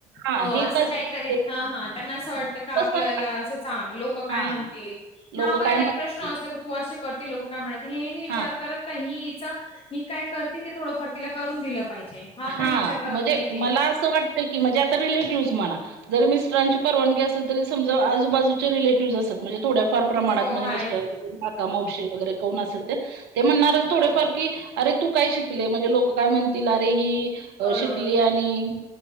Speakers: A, on the right; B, on the left.
A: हां
B: हो
A: हे
B: असं
A: कसं
B: काहीतरी
A: ते
B: हा हा त्यांना असं वाटतं का
A: कसं
B: आपल्याला असं चां लोक काय
A: हां
B: म्हणतील?
A: लोकं
B: ह पण
A: काय
B: एक
A: म्हणतील?
B: प्रश्न असतो का तू असे करतील लोक काय म्हणात. हे नाही विचार
A: हां
B: करत का ही चा ही काय करती ते थोडंफार तिला करून दिलं पाहिजे.
A: हा,
B: पण विचार करत
A: म्हणजे
B: नाही ते
A: मला असं वाटतं की, म्हणजे आता रिलेटिव्हज म्हणा. जरी मिस्टरांची परवानगी असेल. तरी समजा आजूबाजूचे रिलेटिव्हय असतात. म्हणजे थोड्याफार प्रमाणात
B: हो
A: म्हणजे
B: आहेच
A: मिस्टराची काका, मावशी, वगैरे कोन असेल ते. ते म्हणणार थोडेफार की अरे तू काय शिकलीय? म्हणजे लोक काय म्हणतील. अरे ही
B: बरोबर
A: शिकली
B: आहे.
A: आणि